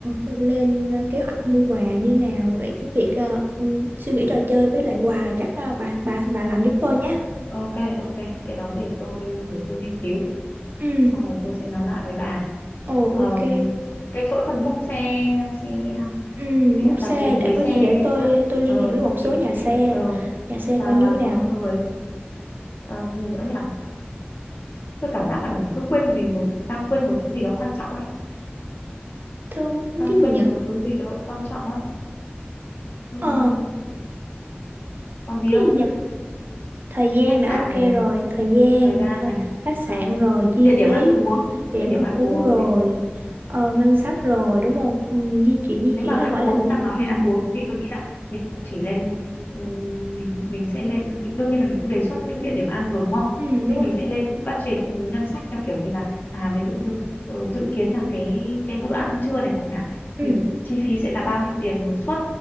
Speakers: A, on the right; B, on the left.
A: lên ờ, kế hoạch mua quà như nào vậy cái việc ờ, ừ, suy nghĩ trò chơi với lại quà là chắc ờ, bà bà bà làm giúp tôi nhé
B: ok ok cái đó để tôi để tôi nghiên cứu
A: ừ
B: xong rồi tôi sẽ nói lại với bà
A: ồ
B: Ờ,
A: ok
B: cái chỗ phần book xe xe
A: ừ
B: hay
A: bút
B: là
A: xe
B: đặt lịch
A: để
B: với
A: có gì
B: xe
A: để tôi
B: á
A: tôi liên
B: ờ
A: hệ với một số
B: thì,
A: nhà
B: thì,
A: xe
B: ờ
A: nhà xe
B: và
A: coi như
B: và
A: thế nào
B: có người ờ, gì nữa nhỉ tôi cảm giác là mình cứ quên vì một thứ- đang quên một thứ gì đó quan trọng ấy
A: thơm
B: đang
A: cái
B: quên
A: gì nhỉ
B: một thứ gì đó quan trọng á Ừm,
A: ờ
B: còn gì
A: cái
B: không
A: gì nhỉ thời gian
B: khách
A: đã
B: sạn
A: ok
B: rồi này
A: rồi thời gian
B: thời gian
A: ờ,
B: này
A: khách sạn
B: ờ
A: rồi chi
B: địa điểm
A: phí
B: ăn uống
A: điểm
B: địa điểm
A: ăn
B: ăn
A: uống
B: uống
A: rồi
B: này
A: ờ, ngân sách rồi đúng không ừ, di chuyển di
B: nếu
A: chuyển
B: mà
A: ra
B: ăn
A: ngoài
B: uống
A: làm đi-
B: đang nói
A: ừ.
B: về ăn uống thì tôi nghĩ là mình cũng chỉ lên ừm, mình mình sẽ lên đương nhiên là mình cũng đề xuất những địa điểm ăn rồi đúng không
A: ừ
B: nhưng
A: đúng rồi
B: mình sẽ lên budget ngân sách theo kiểu như là à ví dụ như ờ, dự kiến là cái cái bữa ăn trưa này chẳng hạn thì
A: ừ
B: chi phí sẽ là bao nhiêu tiền một suất